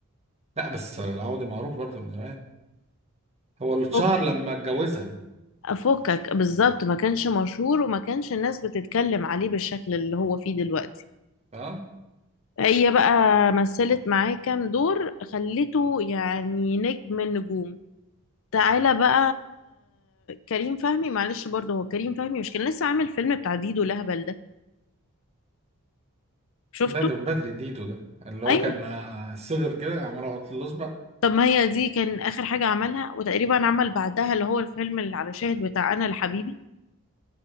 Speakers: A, on the right (about 30°); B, on the left (about 65°).
A: لا بس العوضي معروف برضه من زمان هو اللي اتشهر
B: فكك
A: لما اتجوزها
B: فكك بالظبط ما كانش مشهور وما كانش الناس بتتكلم عليه بالشكل اللي هو فيه دلوقتي
A: اه
B: هي بقى مثلت معاه كام دور خلته يعني نجم النجوم تعالى بقى كريم فهمي معلش برضه هو كريم فهمي مش كان لسه عامل فيلم بتاع ديدو لهبل ده شفته
A: ده ده من بدري ديدو ده اللي هو
B: ايوه
A: كان آه، صغر كده عمال اقط الاصبع
B: طب ما هي دي كان اخر حاجه عملها وتقريبا عمل بعدها اللي هو الفيلم اللي على شاهد بتاع انا لحبيبي